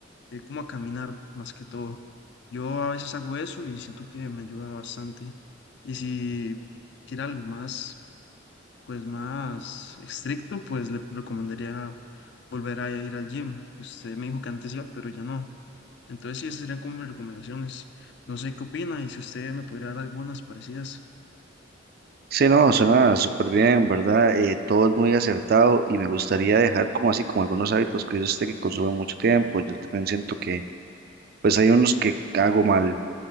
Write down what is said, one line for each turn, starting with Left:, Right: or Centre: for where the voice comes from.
Left: ir como a caminar más que todo. Yo a veces hago eso y siento que me ayuda bastante. Y si quiere algo más, pues más estricto, pues le recomendaría volver a ir al gym, que usted me dijo que antes iba, pero ya no. Entonces sí, esas serían como mis recomendaciones. No sé qué opina y si usted me podría dar algunas parecidas.
Right: Sí, no, suena súper bien, ¿verdad? Eh, todo es muy acertado y me gustaría dejar como así, como algunos hábitos que yo sé que consumen mucho tiempo. Yo también siento que, pues hay unos que hago mal.